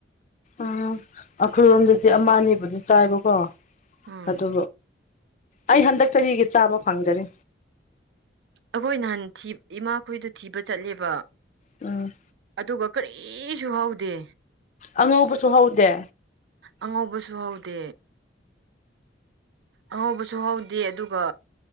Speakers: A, on the left; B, on the right.
A: ꯑꯥ ꯑꯈꯣꯏꯔꯣꯝꯗꯗꯤ ꯑꯃꯑꯅꯤꯕꯨꯗꯤ ꯆꯥꯏꯕꯀꯣ
B: ꯎꯝ
A: ꯑꯗꯨ ꯑꯩ ꯍꯟꯗꯛ ꯆꯍꯤꯒꯤ ꯆꯥꯕ ꯐꯪꯗꯔꯤ
B: ꯑꯈꯣꯏ ꯅꯍꯥꯟ ꯊꯤ ꯏꯃꯥꯈꯣꯏꯗꯨ ꯊꯤꯕ ꯆꯠꯂꯦꯕ
A: ꯎꯝ
B: ꯑꯗꯨꯒ ꯀꯔꯤꯁꯨ ꯍꯧꯗꯦ
A: ꯑꯉꯧꯕꯁꯨ ꯍꯧꯗꯦ
B: ꯑꯉꯧꯕꯁꯨ ꯍꯧꯗꯦ ꯑꯉꯧꯕꯁꯨ ꯍꯧꯗꯦ ꯑꯗꯨꯒ